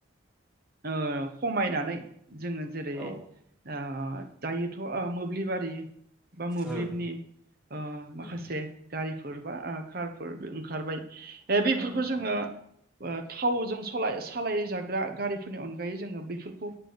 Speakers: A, on the right (about 45°); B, in the centre.
A: ओ खमायनानै जोङो जेरै
B: औ
A: आ दायोथ' ओ मोब्लिबारि बा मोब्लिबनि
B: उम
A: ओ
B: उम
A: माखासे गारिफोर फोर बा कारफोर ओंखारबाय ओ बेफोरखौ
B: औ नोंथां
A: जोङो
B: औ।
A: ओ थावजों सलाय सालाय जाग्रा गारिफोरनि अनगायै जोङो बेफोरखौ